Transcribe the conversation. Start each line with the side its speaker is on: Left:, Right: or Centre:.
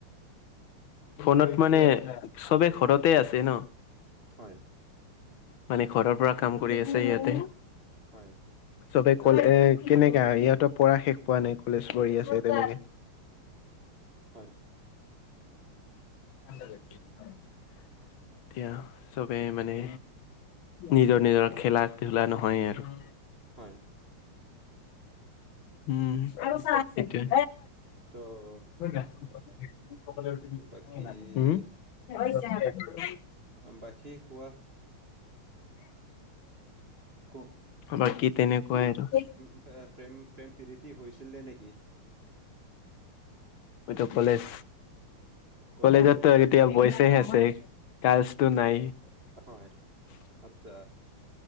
Left: ফোনত মানে চবে ঘৰতে আছে ন।
Right: হয়
Left: মানে ঘৰৰ পৰা কাম কৰি আছে ইহঁতে।
Right: হয়ঁ!
Left: চবে কলে কেনেকা ইহঁতৰ পঢ়া শেষ হোৱা নাই কলেজ পঢ়ি আছে তেনেকে।
Right: হয়ঁ!
Left: <unintelligible> এতিয়া চবে মানে নিজৰ নিজৰ খেলা ধূলা নহয় আৰু।
Right: হয়ঁ!
Left: ওম আৰু চা ঠিকে।
Right: ত-
Left: হোম
Right: বাকী আম বাখী কোৱা। ক
Left: বাকী তেনেকুৱাই আৰু।
Right: এ প্ৰেম প্ৰেম প্ৰৰিতি হৈছিলে নেকি?
Left: এইটো কলেজ।
Right: কলেজীয়া
Left: কলেজতো
Right: জী
Left: এতিয়া বইছহে আছে গাৰ্লচতটো নাই।
Right: <unintelligible>
Left: <inaudible>
Right: আচ্ছা